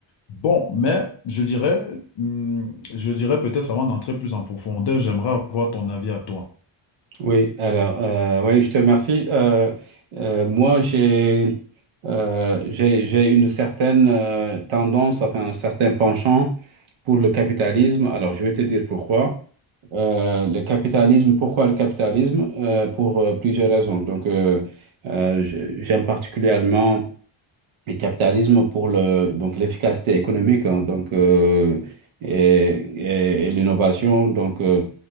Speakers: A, on the left; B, on the right.
A: Bon, mais je dirais, hum, je dirais peut-être avant d'entrer plus en profondeur, j'aimerais avoir ton avis à toi.
B: Oui, alors, euh, oui, je te remercie. Euh, euh, moi, j'ai euh, j'ai, j'ai une certaine euh, tendance, enfin, un certain penchant pour le capitalisme. Alors, je vais te dire pourquoi. Euh, le capitalisme, pourquoi le capitalisme? Euh, pour euh, plusieurs raisons. Donc, euh, euh, je- j'aime particulièrement le capitalisme pour le, donc l'efficacité économique, hein, donc, euh, et, et- et l'innovation. Donc, euh,